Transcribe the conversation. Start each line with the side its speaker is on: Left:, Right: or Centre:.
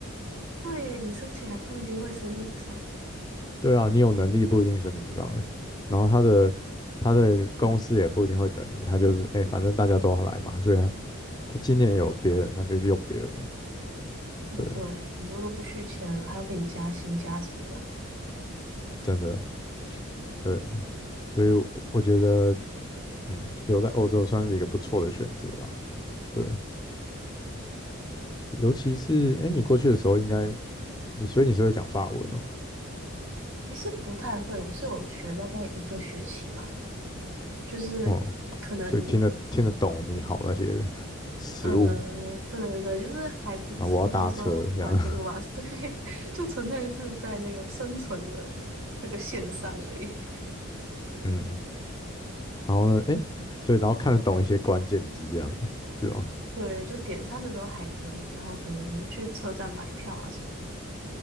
Right: 对耶，你申请还不一定会申请上。
Left: 对啊，你有能力不一定申请上欸，然后他的他的公司也不一定会等你，他就是哎、欸反正大家都要来嘛，所以他他今年有别人，那就用别人了，
Right: 哦，
Left: 对啊，
Right: 对，很多都不续签了，还要给你加薪加什么的。
Left: 真的对啊，所以我我觉得嗯，留在欧洲算是一个不错的选择啦，对啊，尤其是哎、欸你过去的时候应该你所以你是会讲法文哦，
Right: 其实不太会，我是有学大概一个学期吧，就是可能
Left: 哦、所以听得听得懂你好那些 <laughs> 食物，
Right: 呃，对对对，就是还不至于到时候完全没有办法，
Left: 然后我要搭车这样，
Right: <laughs> 对，就纯粹是在那个生存的那个线上而已。
Left: <laughs> 嗯，然后呢，哎，所以然后看得懂一些关键字这样的，是吗？
Right: 对，就点餐的时候还可以，然后可能去车站买票啊什么，